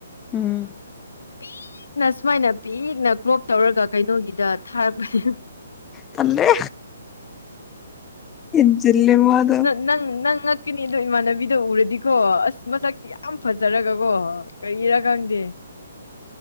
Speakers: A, on the left; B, on the left.
A: ꯎꯝ
B: ꯄꯤꯛꯅ ꯁꯨꯃꯥꯏꯅ ꯄꯤꯛꯅ ꯀ꯭ꯔꯣꯞ ꯇꯧꯔꯒ ꯀꯩꯅꯣꯒꯤꯗ ꯊꯥꯔꯛꯄꯁ
A: ꯇꯜꯂꯦ ꯍꯦꯟꯖꯤꯜꯂꯦ ꯃꯥꯗꯣ
B: ꯅꯪ ꯅꯪ ꯅꯪ ꯉꯛꯀꯅꯤ ꯑꯗꯣ ꯏꯃꯥꯟꯅꯕꯤꯗꯣ ꯎꯔꯗꯤꯀꯣ ꯑꯁ ꯃꯁꯛꯇꯤ ꯌꯥꯝ ꯐꯖꯔꯒꯀꯣ ꯀꯩꯔꯥ ꯈꯪꯗꯦ